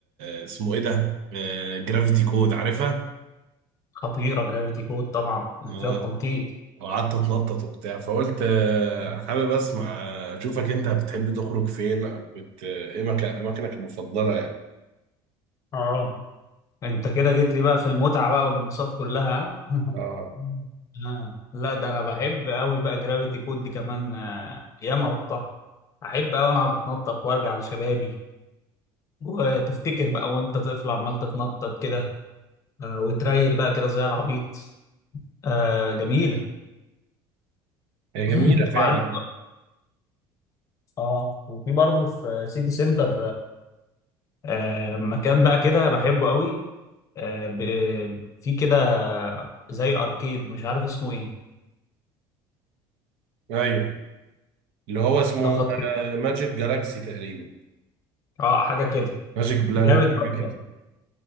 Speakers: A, on the right; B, on the left.
A: آه، اسمه ايه ده آه جرافيتي كود عارفها
B: خطيره جرافيتي كود طبعا اللي
A: اه
B: فيها التنطيط
A: وقعدت اتنطط وبتاع فقلت آه حابب اسمع آه، اشوفك انت بتحب تخرج فين او بت آه، ايه مكان اماكنك المفضله يعني
B: اه انت كده جيت لي بقى في المتعه بقى والانبساط كلها <laughs>
A: اه
B: آه. لا ده انا بحب قوي بقى جرافيتي كود دي كمان آه، ياما رحتها احب قوي انا اقعد اتنطط وارجع لشبابي وتفتكر بقى وانت طفل عمال تتنطط كده آه، وتريل بقى كده زي العبيط آه جميله
A: هي
B: <clears throat>
A: جميله فعلا
B: وعارف اه وفي برضه في سيتي سنتر آه، مكان بقى كده بحبه قوي آه، ب- في كده زي اركيد مش عارف اسمه ايه
A: ايوه اللي هو اسمه
B: ده خطير
A: آه ماجيك جالاكسي تقريبا
B: اه حاجه كده
A: ماجيك بلانت
B: جامد
A: حاجه
B: برضه
A: كده